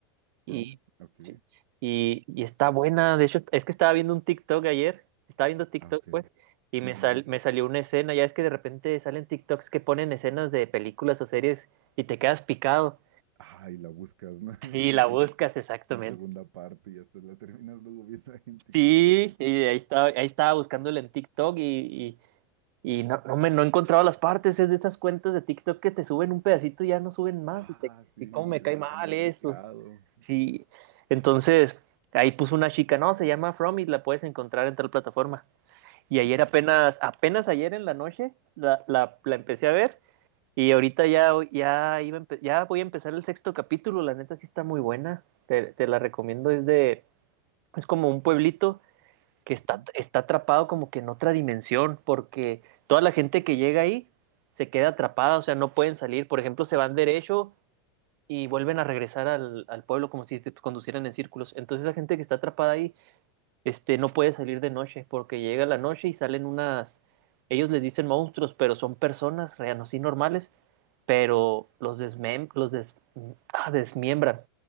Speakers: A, on the right (about 75°); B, on the right (about 55°).
A: From,
B: Y,
A: ok.
B: sí, y, y está buena. De hecho, es que estaba viendo un TikTok ayer. Estaba viendo TikTok,
A: Ah, ok.
B: pues. Y
A: Sí,
B: me,
A: sí,
B: sal-
A: sí.
B: me salió una escena. Ya es que de repente salen TikToks que ponen escenas de películas o series y te quedas picado.
A: Ay, la buscas, ¿no? <laughs>
B: Y la buscas exactamente.
A: Y la segunda parte y hasta la terminas luego viendo ahí en TikTok.
B: Sí,
A: sí.
B: y ahí estaba, ahí estaba buscándola en TikTok y, y, y no, no me no he encontrado las partes. Es de estas cuentas de TikTok que te suben un pedacito y ya no suben más.
A: Ah,
B: Y, te,
A: sí,
B: y cómo me
A: te dejan
B: cae mal
A: bien
B: eso.
A: picado.
B: Sí, entonces ahí puso una chica, no, se llama From y la puedes encontrar en tal plataforma. Y ayer
A: Ya.
B: apenas, apenas ayer en la noche la, la, la empecé a ver y ahorita ya, ya, iba a empe- ya voy a empezar el sexto capítulo, la neta sí está muy buena, te, te la recomiendo, es de, es como un pueblito que
A: Ujú.
B: está, está atrapado como que en otra dimensión, porque toda la gente que llega ahí se queda atrapada, o sea, no pueden salir, por ejemplo, se van derecho y vuelven a regresar al, al pueblo como si te conducieran en círculos. Entonces esa gente que está atrapada ahí, este, no puede salir de noche porque llega la noche y salen unas, ellos les dicen monstruos, pero son personas reanos y normales, pero los desmem, los des- ah, desmiembran,